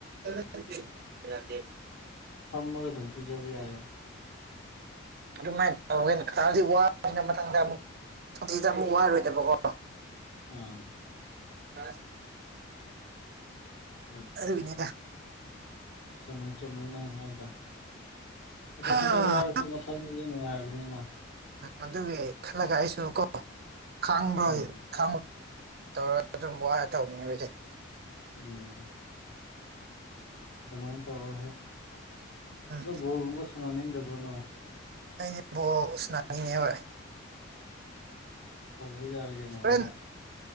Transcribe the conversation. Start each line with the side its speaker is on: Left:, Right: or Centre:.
Right: ꯗꯦ
Left: ꯐꯝꯃꯒ ꯑꯗꯨꯝ ꯄꯤꯖꯕ ꯌꯥꯔꯦ
Right: ꯑꯗꯨꯃꯥꯏꯅ ꯇꯧꯒꯦꯖꯤꯛ ꯋꯥꯕꯁꯤꯅ ꯃꯇꯥꯡꯗ ꯑꯃꯨꯛ ꯁꯗꯗ ꯑꯃꯨꯛ ꯋꯥꯔꯣꯏꯗꯕꯀꯣ
Left: ꯑꯥ
Right: ꯍꯥ
Left: ꯎꯝ
Right: ꯑꯅꯤꯔ
Left: ꯁꯥꯏ ꯁꯃꯥꯏꯅ ꯍꯥꯏꯗ ꯑꯗꯣ
Right: ꯎꯝ
Left: ꯍꯟꯗꯛ ꯋꯥꯔꯁꯨ ꯃꯊꯪꯗꯗꯤ ꯅꯨꯡꯉꯥꯏꯔꯕꯅꯤꯅ
Right: ꯑꯗꯨꯒꯤ ꯈꯜꯂꯒ ꯑꯩꯁꯨ ꯀꯣ ꯈꯥꯡꯕ꯭ꯔꯣꯏ
Left: ꯎꯝ
Right: ꯈꯥꯡꯕ ꯇꯧꯔ ꯑꯗꯨꯝ ꯋꯥꯔ ꯇꯧꯕꯅꯦ ꯍꯧꯗꯤ
Left: ꯎꯝ ꯑꯗꯨꯃꯥꯏꯅ ꯇꯧꯔꯍꯦ
Right: ꯎꯝ
Left: ꯑ ꯕꯣꯔꯒꯨꯝꯕ ꯁꯥꯟꯅꯅꯤꯡꯗꯕ꯭ꯔꯣꯅꯣ
Right: ꯑꯩꯁꯦ ꯕꯣ ꯁꯅꯥꯅꯤꯡꯉ ꯑꯣꯏ
Left: ꯍ ꯌꯥꯔꯒꯅꯣꯂ
Right: ꯍꯣꯔꯦꯟ